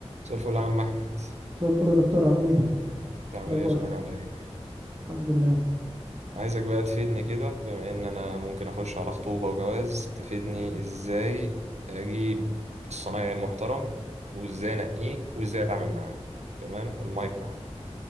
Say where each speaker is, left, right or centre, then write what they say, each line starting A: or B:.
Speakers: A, on the right (about 80°); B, on the right (about 35°).
A: مساء الفل يا عم احمد
B: مساء الفل يا دكتور عامل ايه؟ إيه
A: بتعمل
B: الاخبار
A: ايه وصحتك عامل ايه
B: الحمد لله
A: عايزك بقى تفيدني كده بما ان انا ممكن اخش على خطوبة وجواز تفيدني ازاي اجيب الصنايعي المحترم وازاي انقيه وازاي اتعامل معاه تمام المايك معاك